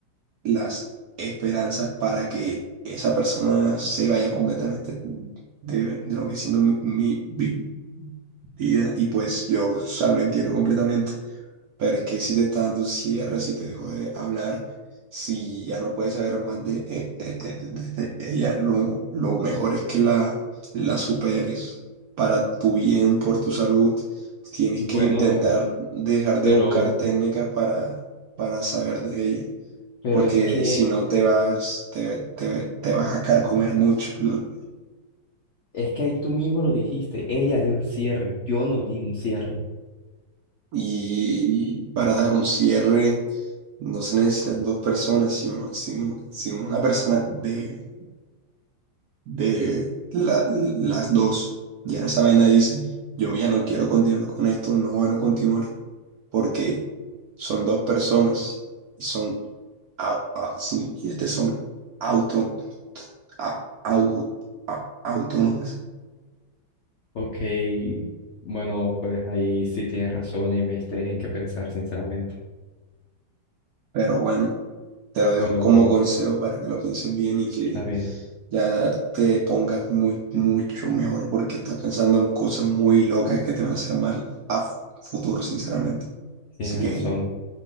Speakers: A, on the right; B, on the left.
A: las esperanzas para que esa persona se vaya completamente de, de lo que siendo mi, mi vi- vida y pues yo, o sea, lo entiendo completamente, pero es que si te está dando un cierre, si te dejó de hablar, si ya no puedes saber más de, eh, eh, eh, de- de ella, lo, lo mejor es que la, la superes para tu bien, por tu salud. Tienes
B: Bueno,
A: que intentar dejar de
B: pero,
A: buscar técnicas para, para saber de ella
B: pero
A: porque
B: es que,
A: si no te vas, te, te- te vas a carcomer mucho. ¿no?
B: es que ahí tú mismo lo dijiste, ella dio el cierre, yo no di un cierre.
A: Y para dar un cierre no se necesitan dos personas, si, uno- si, uno- si una persona de, de la- las dos ya en esa vaina dice, yo ya no quiero continuar con esto, no van a continuar, porque son dos personas y son, au- au- sí, y este son auto, a- au- a- autónomas.
B: Ok, bueno, pues ahí sí tienes razón y me diste en qué pensar, sinceramente.
A: Pero bueno. Te lo dejo
B: Bueno,
A: como
B: bro,
A: consejo para que lo pienses bien y que
B: está bien,
A: ya te pongas muy, mucho mejor porque estás pensando en cosas muy locas que te van a hacer mal a f- futuro, sinceramente.
B: tienes
A: Así que,
B: razón.